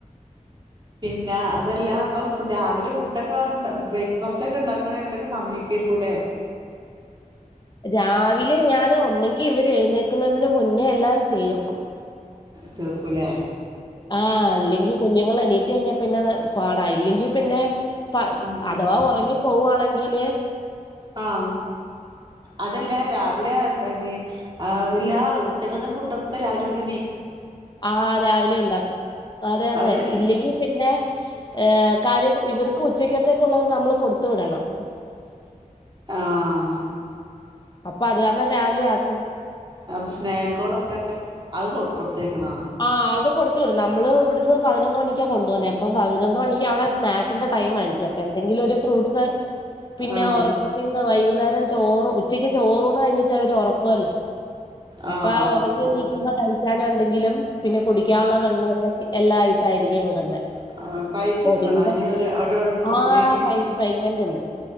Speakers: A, on the right; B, on the left.
A: ല്ലാ അതെല്ല അപ്പൊ ഫുഡ് ഒക്കെരാവിലെ ബ്രേക്ക്ഫാസ്റ്റ്ക്കൊ ഉണ്ടാക്കാൻ നേരത്തൊക്കെ സമ്മയ്ക്കൊകുല്ലേ
B: രാവിലെ ഞാന് ഒന്നെങ്കി. ഇവര് എഴുന്നേൽക്കുന്നതിന് മുന്നേ എല്ലാം തീർക്കും
A: തീർക്കുലെ
B: ആ ഇല്ലെങ്കികുഞ്ഞുങ്ങള് എണീറ്റു കഴിഞ്ഞ പിന്നെ പാടായി പിന്നെ പ
A: ഉം
B: അഥവാ
A: ഉം
B: ഒറങ്ങി പ്പൊവാണെങ്കില്
A: ആ ഹ അതെല്ല രാവിലെ ന്താണ് അഹ് ലാ ഉച്ചക്കത്തെ ഫുടൊക്കെ രാവിലോട് കൂടി
B: ആ രാവിലെ ണ്ടാകും അതെ അതെ
A: അവര്
B: ഇല്ലെങ്കി പിന്നെ ഏ കാര്യം.. ക്കൊ ഉച്ചക്കത്തെ കുള്ളത് നമ്മള് കൊടുത്തു വിടണം
A: ആഹ്
B: അപ്പ അത് കാരണം രാവിലെ ആകും
A: അപ്പൊ സ്നാക്കുകളൊക്കെ അത് കൊ കൊടുത്തേക്കണോ
B: ആ അതു കൊടുത്ത് വിടും നമ്മള് വ്ടെ ഇവര് പതിനൊന്നു മണിക്ക കൊണ്ടോവല് അപ്പം പതിനൊന്നു പതിനൊന്നു മണിക്ക് അവിടെ സ്നാക്കിന്റെ ടൈം ആയിരിക്കും അപ്പം എന്തെങ്കിലും ഒരു ഫ്രൂട്സ് പിന്നെ
A: ആഹ്
B: ഒറക്കത്തിന്ന് വൈകുന്നേരം ചോറും ഉച്ചക്ക് ചോറൂണ് കഴിഞ്ഞിട്ട് ന്നവരെ ഉറക്കല്ലോഅപ്പൊ
A: ആഹ്
B: ആ
A: ആഹ്
B: ഉ
A: ഓർക്കും
B: റങ്ങി എണീക്കുബോൾ കഴിക്കാനെന്തെങ്കിലും പിന്നെ കുടിക്കാനുള്ള വെള്ളം എല്ലാഎല്ലാംയിട്ടായിരിക്കും ഇവിടുന്ന്
A: ആഹ് പൈസ കൊടുക്കണോ
B: ഒഒരുവിധം
A: അതിന് അവര് അവര് അവിടെ നോക്കണേന്
B: ആ പൈമന്റ് ണ്ട്